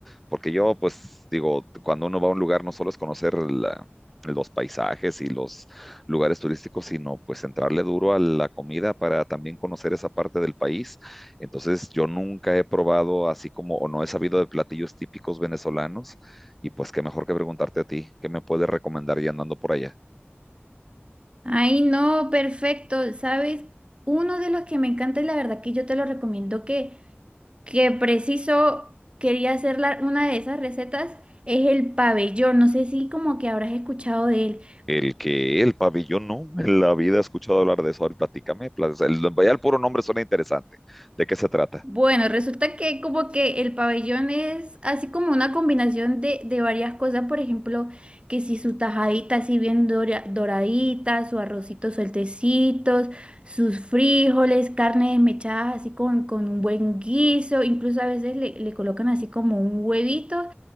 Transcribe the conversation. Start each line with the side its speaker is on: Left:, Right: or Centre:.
Centre: Porque yo pues digo, cuando uno va a un lugar no solo es conocer la, los paisajes y los lugares turísticos, sino pues entrarle duro a la comida para también conocer esa parte del país. Entonces yo nunca he probado así como, o no he sabido de platillos típicos venezolanos, y pues qué mejor que preguntarte a ti, ¿qué me puedes recomendar ya andando por allá?
Right: Ay, no, perfecto. ¿Sabes? Uno de los que me encanta y la verdad que yo te lo recomiendo que, que preciso quería hacer la- una de esas recetas es el pabellón. No sé si como que habrás escuchado de él.
Centre: El que, el pabellón, no, en la vida he escuchado hablar de eso. Ahora platícame, plas- el, ya el puro nombre suena interesante. ¿De qué se trata?
Right: Bueno, resulta que como que el pabellón es así como una combinación de, de varias cosas, por ejemplo, que si su tajadita así bien dora- doradita, su arrocito sueltecitos, sus frijoles, carne desmechada así con, con un buen guiso, incluso a veces le, le colocan así como un huevito